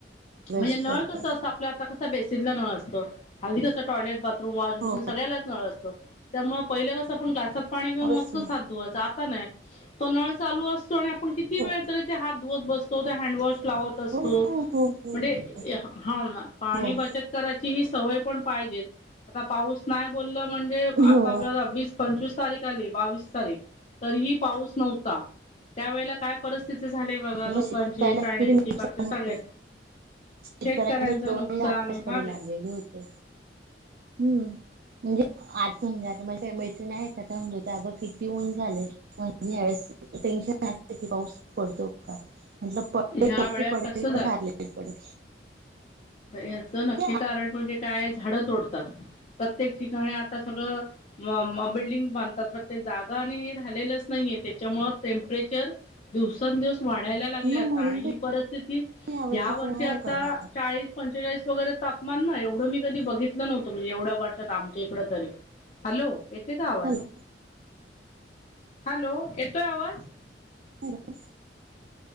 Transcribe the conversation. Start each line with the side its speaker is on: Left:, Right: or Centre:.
Right: वेस्ट
Left: म्हणजे नळ
Right: करतात
Left: कस असत आपल्यात आता कस बेसीनला नळ असतो, हल्ली जास्त टॉयलेट, बाथरूम रूम, वॉश बेसिन
Right: हो
Left: सगळ्यालाच नळ असतं. त्यामुळं पहिल कसं आपण ग्लासात पाणी घेवून,
Right: ऑब्विसली
Left: मोजकच हात धुवायच आता नाही. तो नळ चालू असतो आणि आपण किती वेळ
Right: हो
Left: तरी, ते हात धुवत बसतो तो हँडवॉश लावत असतो
Right: हो हो हो हो
Left: म्हजे
Right: हो हो
Left: हा पाणी
Right: हो.
Left: बचत करायची ही सवय पण पाहिजेच, आता पाऊस नाय बोलल म्हणजे आता
Right: म्हणजे
Left: जरा वीस पंचवीस तारीख आली बावीस तारीख तरीही पाऊस नव्हता, त्यावेळेला काय परिस्थिती झालेय बघा लोकांची,
Right: मग शेतकऱ्यांना
Left: प्राण्यांची,
Right: किती नुकसान
Left: पक्ष्यांचे
Right: होतं.
Left: सगळ्यांची
Right: शेतकऱ्यांचे
Left: शेतकऱ्यांचं
Right: डोळे
Left: नुकसान
Right: आकाशाकडे
Left: हा.
Right: लागलेले होते हम्म म्हणजे आज संध्याकाळी मैत्रिणी आहेत का? म्हण अगं कितीऊन झालय, म्हणजे ह्यावेळेस टेन्शनच आहे की पाऊस पडतो का म्हटलं पडतोय
Left: ह्या
Right: नक्की
Left: वेळेत
Right: पडेल
Left: कसं
Right: पण फार लेट पडेल
Left: याचं नक्की
Right: हे
Left: कारण म्हणजे काय झाडं तोडतात? प्रत्येक ठिकाणी आता सगळं म म बिल्डिंग् बांधतात, पण ते जागा आणि हे राहीलेलच नाहीए त्याच्यामुळ टेंप्रेचर दिवसांदिवस वाढायला
Right: आत्म
Left: लागलय, आता
Right: म्हणून
Left: आणि ही
Right: तर
Left: परिस्थिती
Right: वर्षीच
Left: या वर्षी
Right: उन्हाळा
Left: आता
Right: कडनं
Left: चाळीस पंचेचाळीस वगैरे तापमान ना हे एवढं, मी कधी बघितलं नव्हतं म्हणजे येवढ्या वर्षात आमच्या इकड तरी, हॅलो येते का आवाज?
Right: हॅलो
Left: हॅलो येतोय आवाज?
Right: हॅलो.